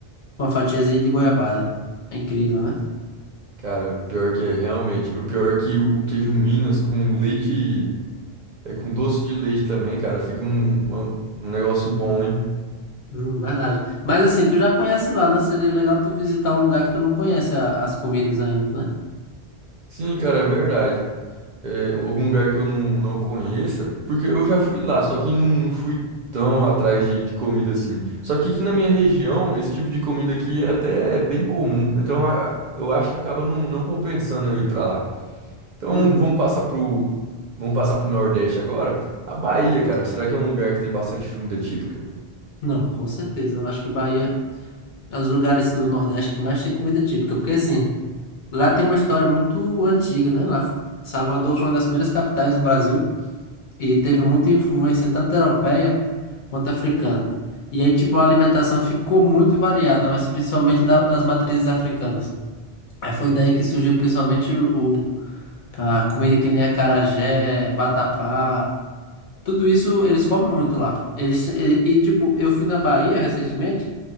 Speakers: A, on the left (about 55°); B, on the right (about 55°).
A: com a fatiazinha de goiabada. É incrível, né?
B: Cara, pior que é, realmente. O pior é que o queijo Minas com leite, é com doce de leite também, cara, fica um, um, um um negócio bom, hein?
A: Hum, verdade. Mas assim, tu já conhece lá, né? Seria legal tu visitar um lugar que tu não conhece a- as comidas ainda, né?
B: Sim, cara, é verdade. É, algum lugar que eu não, não conheça, porque eu já fui lá, só que não, não fui tão atrás de, de comida assim. Só que aqui na minha região, esse tipo de comida aqui é até bem comum, então a- eu acho que acaba não, não compensando eu ir pra lá. Então
A: Uhum.
B: vamos passar pro, vamos passar pro Nordeste agora. A Bahia, cara, será que é um lugar que tem bastante comida típica?
A: Não, com certeza. Eu acho que Bahia é um dos lugares do Nordeste que mais tem comida típica, porque assim, lá tem uma história muito antiga, né? Lá, f- Salvador foi uma das primeiras capitais do Brasil e teve muita influência tanto europeia quanto africana. E aí, tipo, a alimentação ficou muito variada, mas principalmente da- das matrizes africanas. Aí foi daí que surgiu principalmente o, o- a comida que nem acarajé, vatapá, tudo isso eles comem muito lá. Eles, e, e, tipo, eu fui na Bahia recentemente.